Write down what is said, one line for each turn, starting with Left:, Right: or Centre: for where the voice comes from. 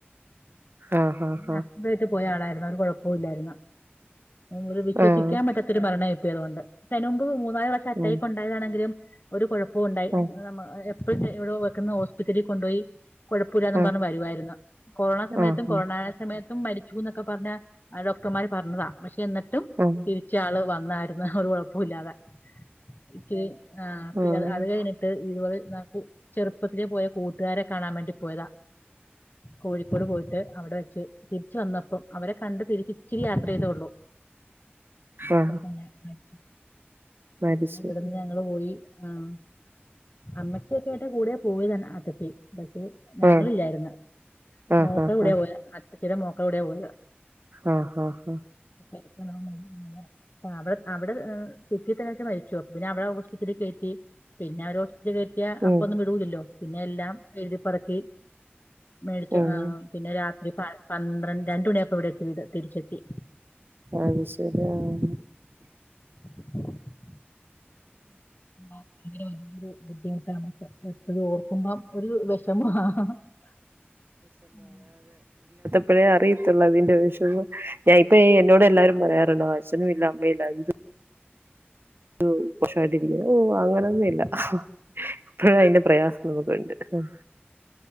Right: ആഹ് ഹഹ് ഹാ
Left: ഹസ്ബൻഡായിട്ട് പോയ ആളായിരുന്നു ഒരു കൊഴപ്പോല്ലാര്ന്ന് ഒര് വിശ്വസിക്കാൻ
Right: ആഹ്
Left: പറ്റാത്തൊരു മരണമായിപ്പോയി അതുകൊണ്ട് യ്നുമ്പ് മൂന്നാല് പ്രാവിശ്യം അറ്റായ്ക്കുണ്ടായതാണെങ്കിലും
Right: ആഹ് ഉം
Left: കൊണ്ടായതാണെങ്കിലും ഒരു കുഴപ്പവും ഉണ്ടായി അ
Right: ഉം
Left: ഹ് യ മാ എ പ്പ ന്ന് എവിടോ വെക്കന്ന് ഹോസ്പിറ്റലിൽ കൊണ്ടോയി കൊഴപ്പയില്ലാന്ന്
Right: ആഹ്
Left: പറഞ്ഞു വരുവായിര്ന്ന് കൊറോണ സമയത്തും,
Right: ആഹ്
Left: കൊറോണ സമയത്തുമ്മരിച്ചുന്നൊക്കെ പറഞ്ഞാ ആ ഡോക്ടർമാര് പറഞ്ഞതാ പക്ഷെ എന്നിട്ടും
Right: ഉം
Left: തിരിച്ചാള് വന്നായിര്ന്ന് ഹ് ഒരു കൊഴപ് പ്പോല്ലാതെ എക്ക് ആ പ്പി
Right: ഉം
Left: അത് അത് കയ്നിട്ട്, ഇത്പോലെ ന്നാ കു ചെറുപ്പത്തിലെ പോയ കൂട്ടുകാരെ കാണാൻ വേണ്ടി പോയതാ കോഴിക്കോട് പോയിട്ട് അവിടെ വെച്ച് തിരിച്ച് വന്നപ്പം അവരെ കണ്ട് തിരിച്ചിച്ചിരി യാത്ര ചെയ്തേ ഒള്ളൂ അപ്പൊ
Right: ആഹ്
Left: തന്നെ മരിച്ചു
Right: മരിച്ചു
Left: പിന്നിവ്ട്ന്ന് ഞങ്ങള് പോയി ആഹ് അമ്മച്ചിയൊക്കൊയായ്ട്ട് കൂടെയാ പോയത് അൻ അത്തച്ചി പക്ഷെ ഞങ്ങളില്ലായിര്ന്ന്
Right: ആഹ് ആഹ്
Left: മോക്കടെ
Right: ആഹ്
Left: കൂടെയാ പോയെ അത്തച്ചിടെ മോക്ക ടെ കൂടെയ പോയത്
Right: ആഹ് ആഹ് ആഹ്
Left: തിരിച്ച് വന്നപ്പം മ <unintelligible> ത്ത അവിട അവിടെ ആ തിരിച്ചെത്തിയേനുശം മരിച്ചു അപ്പൊ പിന്നെ അവടെ ഹോസ്പിറ്റലീ കേറ്റി പിന്നാവ ര്ക്ക് കിട്ടിയാ അപ്പൊന്നും
Right: ഉം
Left: വിടൂല്ലല്ലോ പിന്നെ എല്ലാം എഴുതിപ്പറക്കി മേടിച്ചു
Right: ഉം
Left: ആ പിന്നെ രാത്രി പാ പന്ത്രണ്ട് രണ്ട് മണിയായപ്പൊ ഇവിടെ ത്തിവിടെ തിരിച്ചെത്തി
Right: അത് ശരി ആഹ്
Left: <unintelligible> അങ്ങനെയോരോ രോബുദ്ധിമുട്ട് താമസം എപ്പോഴു ഓർക്കുമ്പം ഒരു വെഷമ ആ ഹ ഹ
Right: ഇപ്പോഴേ അറിയത്തുള്ളൂ അതിന്റെ വെഷമം ഞാൻ ഇപ്പ എന്നോട് എല്ലാരും പറയാറുണ്ട് അച്ഛനുയില്ലാ അ മ്മേല്ലാ എന്ത് <unintelligible> ഷായിട്ടിരിക്ക്ന്നെ ഓ അങ്ങനൊന്നുല്ല ഇപ്പഴു അയിന്റെ പ്രയാസം നമക്കുണ്ട് ഉം